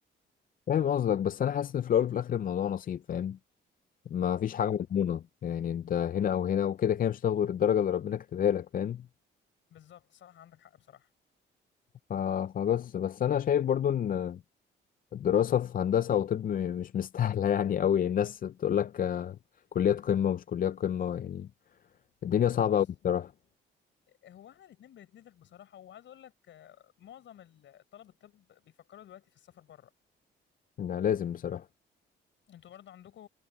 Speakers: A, on the left (about 45°); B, on the left (about 70°).
A: فاهم قصدك بس أنا حاسس إن في الأول وفي الآخر الموضوع نصيب فاهم ما فيش
B: اه
A: حاجة
B: طبعا
A: مضمونة يعني انت هنا او هنا وكده كده مش هتاخد غير الدرجة اللي ربنا كاتبها لك فاهم
B: بالظبط صح عندك حق بصراحة
A: ف- فبس بس انا شايف برضو ان الدراسة في هندسة او طب م- مش مستاهلة <laughs> يعني قوي الناس بتقول لك آه، كليات قمة ومش كليات قمة يعني الدنيا صعبة
B: بص
A: قوي بصراحة
B: هو احنا الاتنين بنتنفخ بصراحة وعايز اقول لك آه، معظم ال- طلب الطب بيفكروا دلوقتي في السفر بره
A: لا لازم بصراحة
B: انتوا برضو عندكم